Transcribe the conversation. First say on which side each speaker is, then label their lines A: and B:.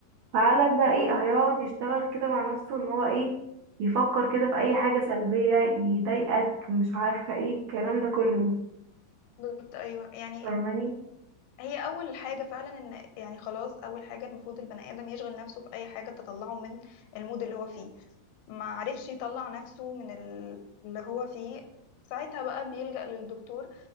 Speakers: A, on the right; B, on the left.
A: فقالك بقى ايه هيقعد يشتغل كده مع نفسه ان هو ايه يفكر كده في اي حاجة سلبية يضايقك مش عارفة ايه الكلام ده كله
B: بالظبط أيوه يعني
A: فاهماني
B: هي اول حاجه فعلا ان يعني خلاص اول حاجه المفروض البني ادم يشغل نفسه في اي حاجه تطلعه من المود اللي هو فيه ما عرفش يطلع نفسه من ال- اللي هو فيه ساعتها بقى بيلجأ للدكتور